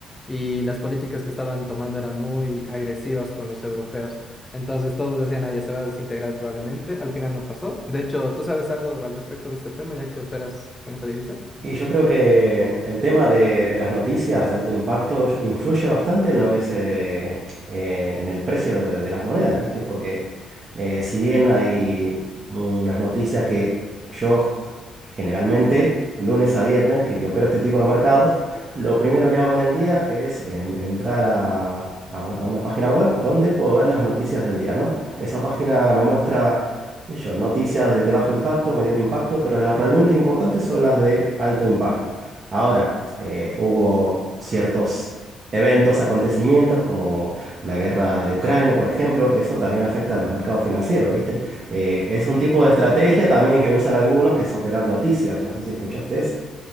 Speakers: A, on the left; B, on the right.
A: Y las políticas que estaban tomando eran muy agresivas con los europeos. Entonces todos decían, ah, ya se va a desintegrar probablemente. Al final no pasó. De hecho, ¿tú sabes algo al respecto de este tema ya que operas con esa divisa?
B: Y yo creo que el tema de, de las noticias de alto impacto influye bastante en lo que es eh, eh, en el precio de, de las monedas, ¿viste? Porque eh, si bien hay unas noticias que yo generalmente lunes a viernes, que, que opero este tipo de mercados, lo primero que hago en el día es en- entrar a, a u- a una página web donde puedo ver las noticias del día, ¿no? Esa página me muestra, qué sé yo, noticias de, de bajo impacto, medio impacto, pero las realmente importantes son las de alto impacto. Ahora, eh, hubo ciertos eventos, acontecimientos como la guerra de Ucrania, por ejemplo, eso también afecta a los mercados financieros, ¿viste? Eh, es un tipo de estrategia también que usan algunos, que es operar noticias. No sé si escuchaste eso.